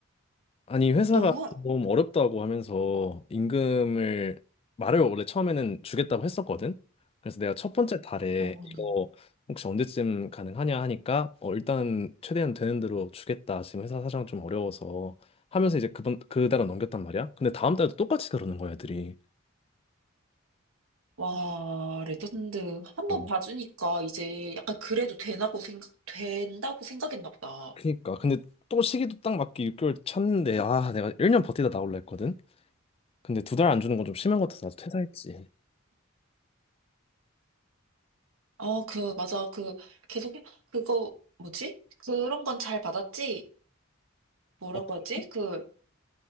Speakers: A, on the left; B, on the right.
A: 아니 회사가
B: 너무,
A: 좀 어렵다고 하면서 임금을 말을 원래 처음에는 주겠다고 했었거든. 그래서 내가 첫 번째 달에
B: 어.
A: 이거 혹시 언제쯤 가능하냐 하니까 어 일단은 최대한 되는 대로 주겠다. 지금 회사 사정 좀 어려워서 하면서 이제 그번 그 달은 넘겼단 말이야. 근데 다음 달도 똑같이 그러는 거야, 애들이.
B: 와, 레전드. 한번
A: 어,
B: 봐주니까 이제 약간 그래도 되나고 생각, 된다고 생각했나 보다.
A: 그니까. 근데 또 시기도 딱 맞게 6개월 찼는데 아 내가 1년 버티다 나올라 했거든. 근데 두 달 안 주는 건 좀 심한 것 같아서 나도 퇴사했지.
B: 어, 그, 맞아. 그, 계속, 해 그거, 뭐지? 그런 건 잘 받았지? 뭐라고
A: 어떤
B: 하지?
A: 거?
B: 그,